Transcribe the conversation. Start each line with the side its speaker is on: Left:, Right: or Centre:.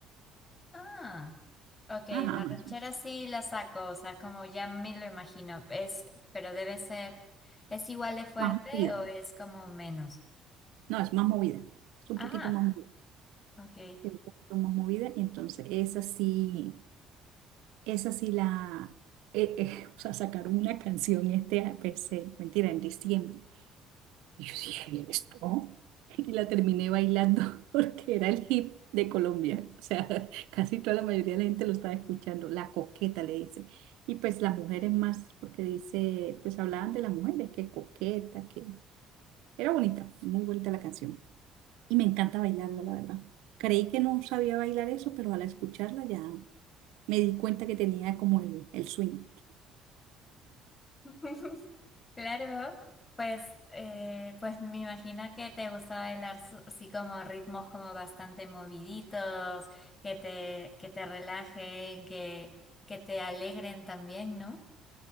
Left: Ah. Ok,
Right: ajá,
Left: la
Right: más,
Left: ranchera sí la saco, o sea, como ya me lo imagino, es, pero debe ser, ¿es igual de fuerte
Right: más movida.
Left: o es como menos?
Right: No, es más movida, es un
Left: Ah,
Right: poquito más movida,
Left: ok.
Right: es un poquito más movida, entonces es así Esa sí la, eh, eh, <laughs> o sea, sacaron una canción este, pues, eh, mentira, en diciembre. Y yo dije, ¿esto? Y la terminé bailando <laughs> porque era el hip de Colombia. O sea, <laughs> casi toda la mayoría de la gente lo estaba escuchando. La coqueta le dice. Y pues las mujeres más, porque dice, pues hablaban de las mujeres, que coqueta, que era bonita, muy bonita la canción. Y me encanta bailarla, la verdad. Creí que no sabía bailar eso, pero al escucharla ya me di cuenta que tenía como el, el swing.
Left: <laughs> Claro, pues, eh, pues me imagino que te gusta bailar su- así como ritmos como bastante moviditos, que te, que te relajen, que, que te alegren también, ¿no?